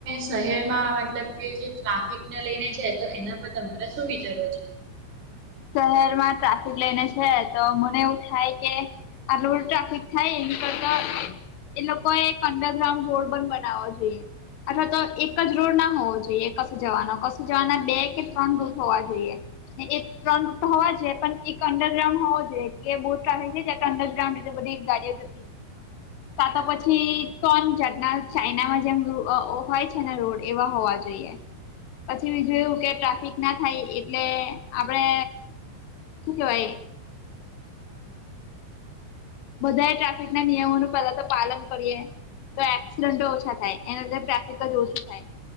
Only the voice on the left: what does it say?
શહેર માં ટ્રાફિક લઈને છે તો મને એવું થાય કે આ રોડ ટ્રાફિક થાય એની કરતા એ લોકોએ એક અંડરગ્રાઉન્ડ રોડ પણ બનાવો જોઈએ. અથવા તો એક જ રોડ ના હોવો જોઈએ કશું જવાનો કશું જવાના બે કે ત્રણ રૂથ હોવા જોઈએ. હ એક ત્રણ રૂટ હોવા જો છે પણ એક અડરગ્રાઉડ હોો જોઈએ બહુ ટ્રાફિક છે અંડરગ્રાઉન્ડ એટ બધી ગાડીઓ કાતા પછી
તણ ચટના. ચાઈનામાં જેમ હોય છે ને રોડ એવા હોવા જોઈએ, પછી બીજું એવું કે ટ્રાફિક
ના
થાય એટલે આપડે શું કેવાય? બધા ટ્રાફિક ના નિયમોનું પેલા તો પાલન કરીએ. તો એક્સિડેન્ટો ઓછા થાય એનાંદર ટ્રાફિક જ ઓછી થાય.